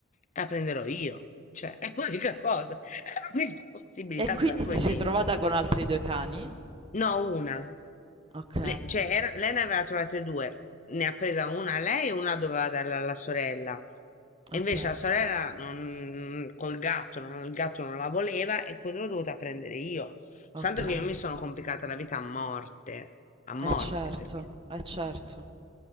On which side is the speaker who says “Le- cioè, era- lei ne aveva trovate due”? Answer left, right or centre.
Left